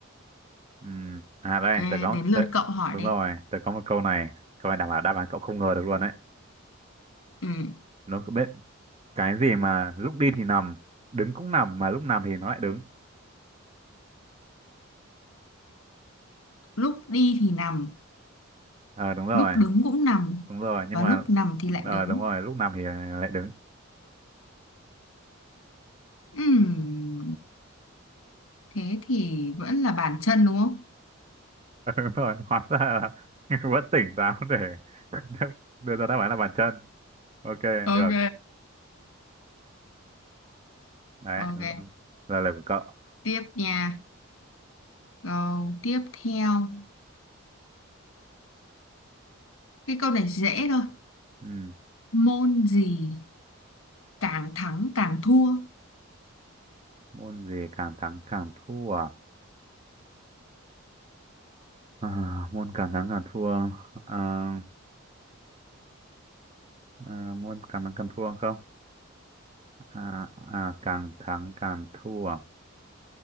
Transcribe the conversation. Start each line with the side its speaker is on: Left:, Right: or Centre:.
Right: Ừm, à đây,
Left: ok
Right: tớ có,
Left: đến lượt
Right: tớ,
Left: cậu hỏi
Right: đúng
Left: đi
Right: rồi, tớ có một câu này, câu này đảm bảo đáp án cậu không ngờ được luôn đấy.
Left: ừ.
Right: Nó có biết cái gì mà lúc đi thì nằm, đứng cũng nằm, mà lúc nằm thì nó lại đứng.
Left: lúc đi thì nằm
Right: Ờ đúng rồi,
Left: lúc đứng cũng nằm
Right: đúng rồi, nhưng
Left: và
Right: mà,
Left: lúc nằm thì lại
Right: ờ
Left: đứng
Right: đúng rồi, lúc nằm thì ờ, lại đứng.
Left: Ừm, thế thì vẫn là bàn chân đúng không
Right: <laughs> đúng rồi, hóa ra là <laughs> vẫn tỉnh táo để <laughs> đưa ra đáp án là bàn chân. ok
Left: ok
Right: được đấy
Left: ok
Right: giờ là của cậu
Left: tiếp nha câu tiếp theo cái câu này dễ thôi
Right: ừ.
Left: môn gì càng thắng càng thua
Right: môn gì càng thắng càng thua à? À, môn càng thắng càng thua à, à, môn càng thắng càng thua không à, à, càng thắng càng thua